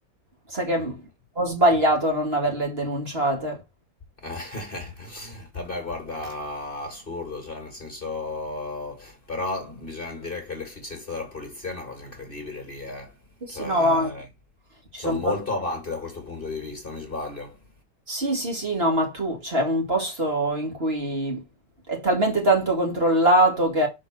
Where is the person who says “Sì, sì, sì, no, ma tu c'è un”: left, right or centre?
Right